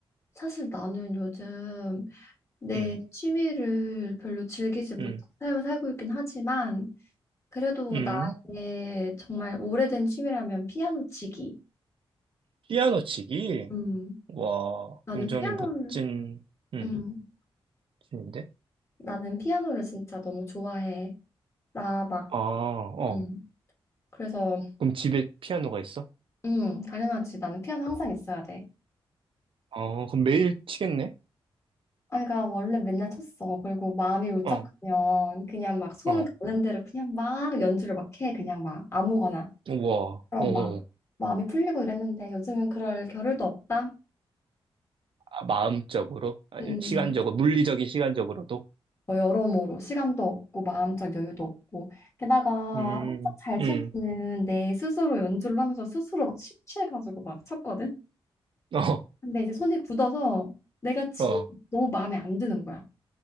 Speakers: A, on the left (about 30°); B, on the right (about 60°).
A: 사실 나는 요즘 내
B: 음,
A: 취미를 별로 즐기지 못한
B: 음,
A: 삶을 살고 있긴 하지만 그래도
B: 음.
A: 나의 정말 오래된 취미라면 피아노 치기.
B: 피아노 치기?
A: 음,
B: 와,
A: 나는
B: 굉장히
A: 피아노를
B: 멋진, 음,
A: 음,
B: 취미인데?
A: 나는 피아노를 진짜 너무 좋아해. 나 막,
B: 아, 어.
A: 음, 그래서
B: 그럼 집에 피아노가 있어?
A: 음, 당연하지. 나는 피아노 항상 있어야 돼.
B: 어, 그럼 매일 치겠네?
A: 아이가 원래 맨날 쳤어. 그리고 마음이 울적하면
B: 어,
A: 그냥 막 손
B: 어.
A: 가는 대로 그냥 막 연주를 막 해. 그냥 막 아무거나.
B: 우와,
A: 그럼
B: 어, 어.
A: 막 마음이 풀리고 이랬는데 요즘은 그럴 겨를도 없다.
B: 아, 마음적으로? 아,
A: 음,
B: 시간적으로, 물리적인 시간적으로도?
A: 뭐 여러모로 시간도 없고 마음적 여유도 없고 게다가
B: 음,
A: 한참 잘 치는
B: 음,
A: 내 스스로 연주를 하면서 스스로 막 심취해가지고 막 쳤거든.
B: 어,
A: 근데 이제 손이 굳어서 내가 친
B: 어.
A: 너무 마음에 안 드는 거야.